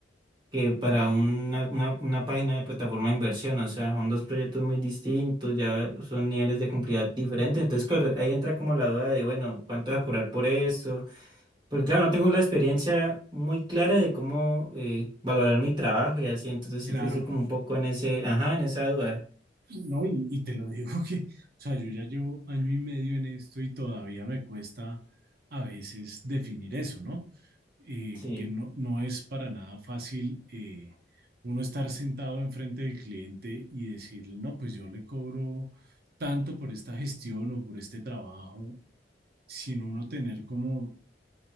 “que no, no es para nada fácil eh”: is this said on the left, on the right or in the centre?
Right